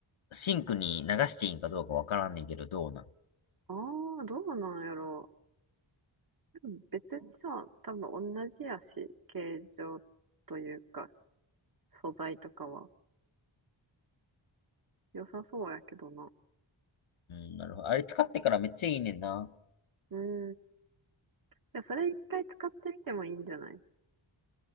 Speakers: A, on the left; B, on the right.
A: シンクに流していいんかどうかわからんねんけど、どうなん
B: ああ、どうなんやろう。でも別にさ、多分同じやし、形状というか、素材とかは。良さそうやけどな。
A: うん、なるほど。あれ使ってからめっちゃいいねんな。
B: うん。いや、それ一回使ってみてもいいんじゃない